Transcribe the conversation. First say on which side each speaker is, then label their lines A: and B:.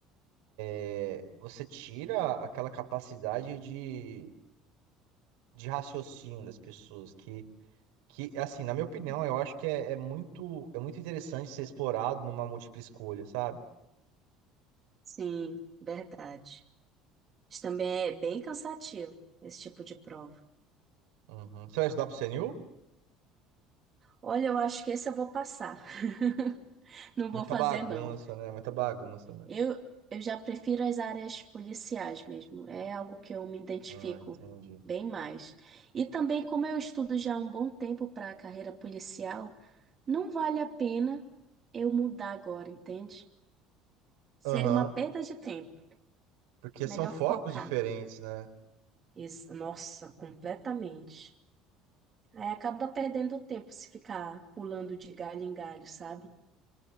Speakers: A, on the right; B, on the right.
A: é, você tira aquela capacidade de, de raciocínio das pessoas que, que assim, na minha opinião, eu acho que é, é muito é muito interessante ser explorado numa múltipla escolha, sabe?
B: Sim, verdade. Isso também é bem cansativo, esse tipo de prova.
A: Uhum. Você vai estudar pro CNU?
B: Olha, eu acho que esse eu vou passar. <laughs> Não
A: Muita
B: vou fazer,
A: bagunça,
B: não.
A: né? Muita bagunça, né?
B: Eu, eu já prefiro as áreas policiais mesmo. É algo que eu me identifico
A: Ah, entendi.
B: bem mais. E também, como eu estudo já há um bom tempo para a carreira policial, não vale a pena eu mudar agora, entende? Seria
A: Aham.
B: uma perda de tempo.
A: Porque
B: Melhor
A: são focos
B: focar.
A: diferentes, né?
B: Ex- Nossa, completamente. Aí acaba perdendo o tempo se ficar pulando de galho em galho, sabe?